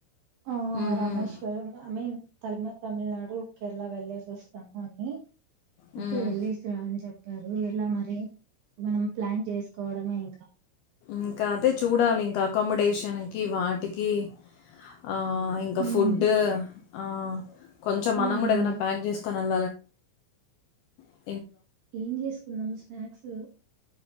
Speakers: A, on the right; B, on the left.
A: ఆ
B: హ్మ్.
A: రామేశ్వరం
B: హ్మ్.
A: అమే తమే తమిళనాడు కేరళ వెళ్ళ తెస్తాము అని
B: హ్మ్.
A: ఓకే వెళ్ళిసి ర అని చెప్ప తరు ఎలా మరి మనం ప్లాన్ చేసుకోవడమేయి
B: ఇంకా అదే చూడాలి ఇంకా అకామిడేషన్కి వాటికి ఆ ఇంకా
A: ఉమ్
B: ఫుడ్ ఆ కొంచం మనం
A: ఉమ్
B: కూడా
A: ఉమ్
B: ఏదైనా ప్లాంక్ చేసుకుని <unintelligible>
A: ఏం జెసుకుందాం స్నాక్సు.